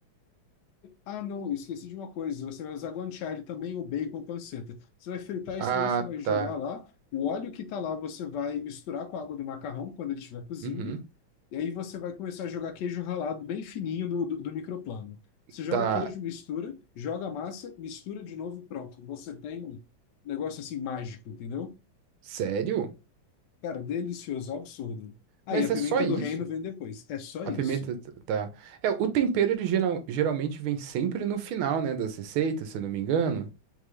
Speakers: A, on the left; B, on the right.
A: ah, não, eu esqueci de uma coisa. Você vai usar guanciale também, o bacon, panceta. Você vai fritar isso
B: Ah,
A: daí, você vai jogar
B: tá.
A: lá. O óleo que tá lá, você vai misturar com a água do macarrão quando ele estiver cozindo.
B: Uhum.
A: E aí você vai começar a jogar queijo ralado bem fininho do, do, do microplano. Você joga
B: Tá.
A: queijo, mistura, joga a massa, mistura de novo, pronto. Você tem um negócio assim mágico, entendeu?
B: Sério?
A: Cara, delicioso, absurdo. Aí
B: Mas
A: a
B: é
A: pimenta
B: só isso.
A: do reino vem depois. É só
B: A
A: isso.
B: pimenta t- tá. É, o tempero ele geral- geralmente vem sempre no final, né, das receitas, se eu não me engano.